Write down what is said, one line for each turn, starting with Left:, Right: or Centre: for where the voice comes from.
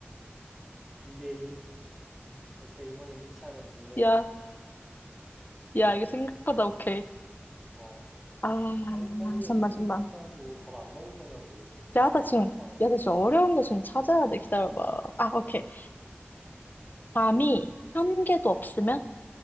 Centre: 2대2. 오케이, 이번엔 네 차례. 문제네.
Left: 야, 야, 이거 생각보다 오케이.
Centre: 어,
Left: 아,
Centre: 빨리빨리 애뜸
Left: 잠만, 잠만.
Centre: 들이지 말고 밥 안 먹을 거냐고.
Left: 야, 나 지금,
Centre: 배고파.
Left: 야, 나 지금 어려운 거 지금 찾아야 돼. 기다려봐. 아, 오케이. 감이 한 개도 없으면?